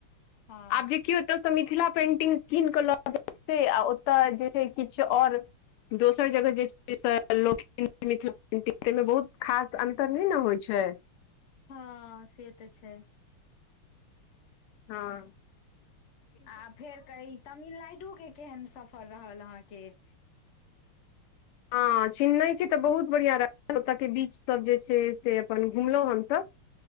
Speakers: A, on the left; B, on the left.
A: हँ
B: आब जे क्यो एतऽ सँ मिथिला पेंटिंग कीन के लऽ जाय से, आ ओतऽ जे छै। किछु और दोसर जगह जे <inaudible> से लोक मिथिला पेन्टिंग ताहिमे बहुत खास अन्तर नहि न होइ छै।
A: हँ से तऽ छै।
B: हँ।
A: आ फेर कही, तमिलनायडु के केहन सफर रहल अहाँके।
B: आं चेन्नई के तऽ बहुत बढ़िया रहल, ओत के बीच सब जे छै से अपन घुमलौं हमसब